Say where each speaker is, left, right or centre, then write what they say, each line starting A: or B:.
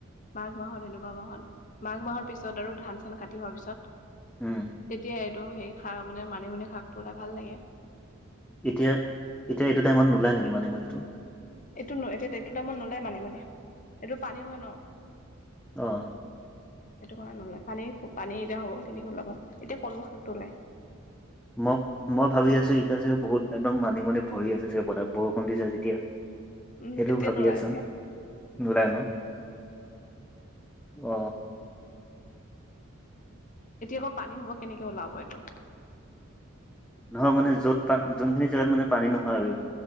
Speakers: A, on the left; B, in the centre.
A: মাঘ মাহত এনেকুৱা মাহত মাঘ মাহৰ পিছত আৰু ধান চান কাটি হোৱাৰ পিছত তেতিয়া
B: উম
A: এইটো সেই খা মানে মানিমুনি শাকটো হ'লে ভাল লাগে
B: এতিয়া এতিয়া এইটো টাইমত নোলায় নেকি মানিমুনি টো
A: এইটো ন এতিয়াটো টাইমত নোলাই মানিমুনী এইটো পানী হয় ন
B: অ
A: এইটো কাৰণ নোলায় পানী পানী এতিয়া হ'ব কেনেকে ওলাব এতিয়া কলমো শাকটো ওলাই
B: ম মই ভাবি আছো এতিয়া চাগে বহুত একদম মানিমুনি ভৰি আছে চাগে পথাৰত বৰষুণ দিছে যেতিয়া
A: উম
B: সেইটো
A: এতিয়া
B: ভাবি
A: নোলায়
B: আছা, নোলায় ন। অ
A: এতিয়া আকৌ পানী হোপা কেনেকে ওলাব এইটো।
B: নহয় মানে য'ত পান যোনখিনি জেগাত মানে পানী নহয় আৰু,